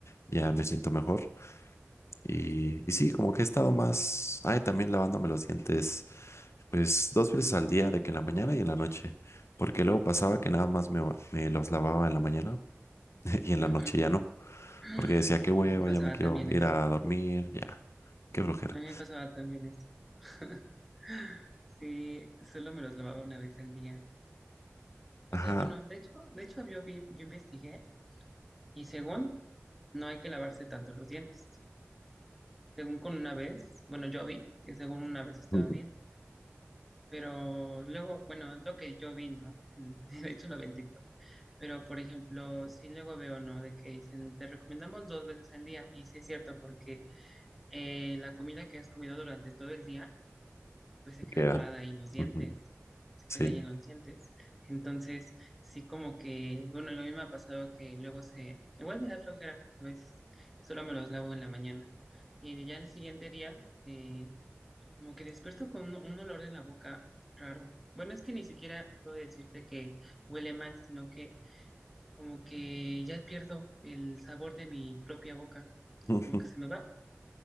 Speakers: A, on the left; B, in the centre.
A: ya me siento mejor. Y, y sí, como que he estado más... Ay, también lavándome los dientes, pues dos veces al día, de que en la mañana y en la noche. Porque luego pasaba que nada más me, me los lavaba en la mañana <laughs> y en la
B: Ujú.
A: noche ya no.
B: <clears throat>
A: Porque decía, qué hueva,
B: A mí me pasaba
A: ya me quiero
B: también
A: ir
B: eso.
A: a dormir, ya, qué flojera.
B: A mí me pasaba también eso. <laughs> Sí, solo me los lavaba una vez al día. O
A: Ajá,
B: sea, bueno, de hecho, de hecho yo vi, yo investigué y según no hay que lavarse tanto los dientes. Según con una vez, bueno, yo vi que según una vez estaba
A: <laughs>
B: bien. Pero luego, bueno, es lo que yo vi, ¿no? En- <laughs> de hecho, lo vi en TikTok. Pero, por ejemplo, sí luego veo, ¿no? De que dicen, te recomendamos dos veces al día. Y sí es cierto, porque eh, la comida que has comido durante todo el día, pues se queda
A: queda.
B: atorada ahí en los dientes.
A: Ujú,
B: Se
A: Sí.
B: queda ahí en los dientes. Entonces, sí como que, bueno, lo mismo ha pasado que luego se, igual me da flojera a veces. Solo me los lavo en la mañana. Y ya el siguiente día, eh, como que despierto con un, un olor en la boca raro. Bueno, es que ni siquiera puedo decirte que huele mal, sino que como que ya pierdo el sabor de mi propia boca,
A: <laughs>
B: como que se me va.